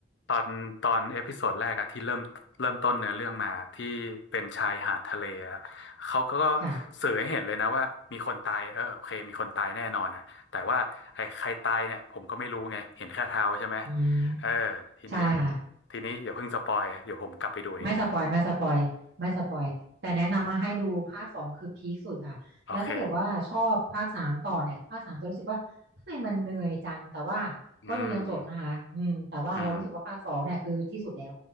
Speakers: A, on the left; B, on the right.
A: ตอนตอนเอพิโซดแรกอะที่เริ่มเริ่มต้นเนื้อเรื่องมาที่เป็นชายหาดทะเลอะเขาก็
B: ค่ะ
A: สื่อให้เห็นเลยนะว่ามีคนตายเออโอเคมีคนตายแน่นอนนะแต่ว่าไอ้ใครตายเนี่ยผมก็ไม่รู้ไงเห็นแค่เท้าใช่ไหม
B: อืมใช่ค่ะ
A: เออทีนี้ทีนี้อย่าเพิ่งสปอยเดี๋ยวผมกลับไปดูเอง
B: ไม่สปอยไม่สปอยไม่สปอยแต่แนะนำมาให้ดูภาคสองคือพีคสุดค่ะแล้วถ้าเกิดว่าชอบภาคสามต่อเนี่ยภาคสามจะรู้สึกว่าทำไมมันเหนื่อยจังแต่ว่าก็ดูยันจบนะคะอืมแต่ว่าเรารู้สึกว่าภาคสองเนี่ยคือที่สุดแล้ว
A: <laughs> โอเคอืม อืม